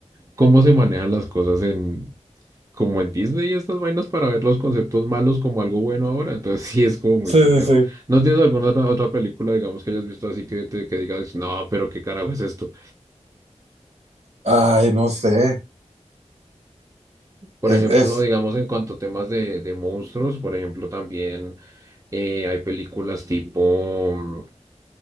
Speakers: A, on the right; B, on the right.
A: cómo se manejan las cosas en... Como en Disney y estas vainas para ver los conceptos malos como algo bueno ahora, entonces sí es como muy
B: Sí,
A: pendejo.
B: sí, sí.
A: ¿No tienes alguna otra, otra película, digamos, que hayas visto así que, te, que digas, no, pero qué carajo es esto?
B: Ay, no sé.
A: Por
B: Es,
A: ejemplo,
B: es...
A: digamos en cuanto a temas de, de monstruos, por ejemplo, también eh, hay películas tipo... mm,